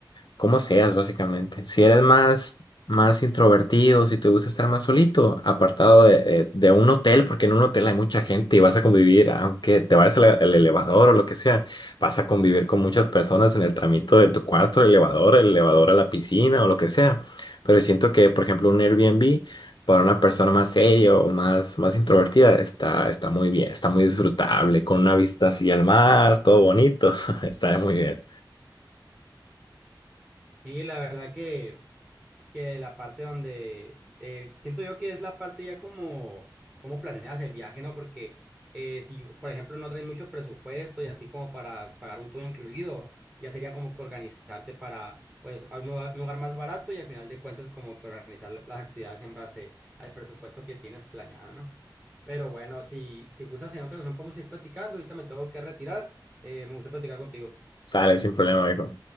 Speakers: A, on the left; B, on the right.
A: como seas, básicamente. Si eres más, más introvertido, si te gusta estar más solito, apartado de, de- de un hotel, porque en un hotel hay mucha gente y vas a convivir, aunque te vayas al, al elevador o lo que sea, vas a convivir con muchas personas en el tramito de tu cuarto, el elevador, el elevador a la piscina o lo que sea. Pero siento que, por ejemplo, un Airbnb para una persona más seria o más, más introvertida está, está muy bien, está muy disfrutable, con una vista así al mar, todo bonito, <laughs> está muy bien.
B: Sí, la verdad que... que la parte donde eh, siento yo que es la parte ya como como planeas el viaje, ¿no? Porque eh, si, por ejemplo, no traes mucho presupuesto y así como para pagar un todo incluido, ya sería como que organizarte para, pues, a un lugar, un lugar más barato y al final de cuentas como que organizar la- las actividades en base al presupuesto que tienes planeado, ¿no? Pero bueno, si, si gustas en otra ocasión podemos ir platicando, ahorita me tengo que retirar, Eh, me gustó platicar contigo,
A: Sale sin problema, hijo,